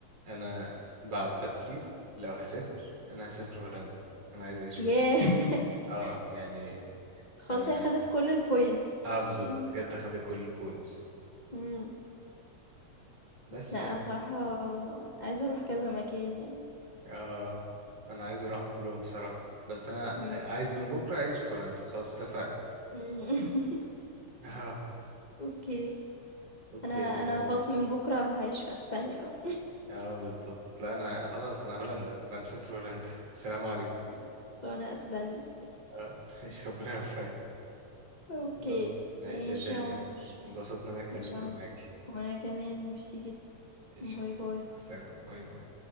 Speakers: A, on the right; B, on the left.
A: أنا بعد تفكير لو هسافر أنا هسافر هولندا أنا عايز أعيش في
B: ياه!
A: هولندا
B: <laughs>
A: اه يعني
B: خلاص
A: أنا
B: هي خدت كل الpoints
A: اه بالظبط
B: إمم،
A: بجد خدت كل البوينتس
B: إمم،
A: بس
B: لأ،
A: يعني
B: صراحة عايزة أروح كذا مكان يعني.
A: اه انا عايز اروحهم كلهم بصراحة بس انا
B: إمم.
A: آه، عايز من بكرة اعيش في هولندا خلاص اتفقنا
B: إمم. <laughs>
A: <laughs> اه
B: أوكي.
A: اوكي
B: أنا أنا
A: فاهم
B: خلاص من بُكرة هاعيش في أسبانيا بقى
A: اه بالظبط لا انا خلاص انا هولندا انا مسافر هولندا السلام عليكم
B: خلاص، أنا أسبانيا.
A: اه ايش ربنا يوفقك
B: أوكي.
A: خلاص ماشي
B: ماشي
A: يا شيماء
B: يا عمر،
A: انبسطت ان انا اتكلمت
B: ماشي يا عمر
A: معاكي
B: وأنا كمان ميرسي جدًا.
A: ماشي
B: باي
A: أوكي.
B: باي.
A: مع السلامة باي باي